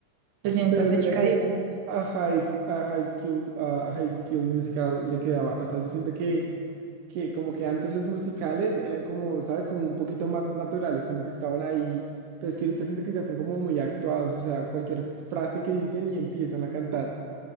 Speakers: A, on the right (about 65°); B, on the right (about 80°).
A: Lo siento,
B: Pero
A: entonces
B: mira
A: chica
B: que
A: Disney.
B: a High, a High School, a High School Musical le quedaba. O sea, yo siento que, que como que antes los musicales eran como, ¿sabes? Como un poquito más naturales, como que estaban ahí. Pero es que ahorita siento que ya son como muy actuados. O sea, cualquier frase que dicen y empiezan a cantar.